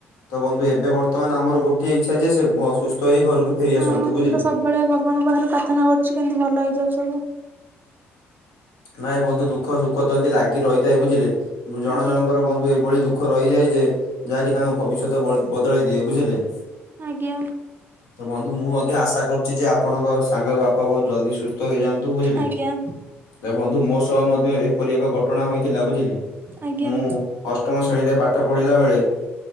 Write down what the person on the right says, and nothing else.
ହଁ
ମୁଁ
ତ ସବୁବେଳେ ଭଗବାନଙ୍କ ପାଖରେ ପ୍ରାର୍ଥନା କରୁଛି କେମିତି ଭଲ ହେଇଯାଉ ସବୁ।
ଆଜ୍ଞା।
ଆଜ୍ଞା।
ଆଜ୍ଞା
ଆଜ୍ଞା।